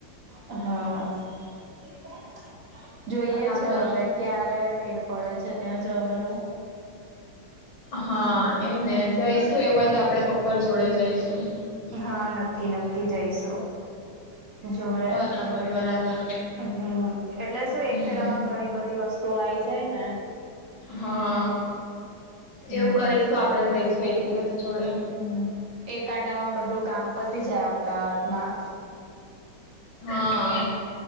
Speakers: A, on the right (about 50°); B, on the left (about 70°).
A: હા. <inaudible> જોઈએ
B: બરાબર
A: છે હવે, ક્યારે મેડ પડે છે ત્યાં જવાનો.
B: હા એને જઈશું એવું હોય તો આપડે કોપર જોડે જઈશું.
A: હા નક્કી નક્કી જઈશું, જોડે.
B: બરાબર બરાબર
A: હમ, એટલે
B: હમ
A: શું એક ફેરામાં ઘણી બધી વસ્તુઓ આઈ જાય ને
B: હા,
A: હમ.
B: એવું કરીશું આપણેે જઈશું એક દિવસ જોડે.
A: હમ એક આંટામાં બધું કામ પતી જાય અમદાવાદમાં.
B: હા,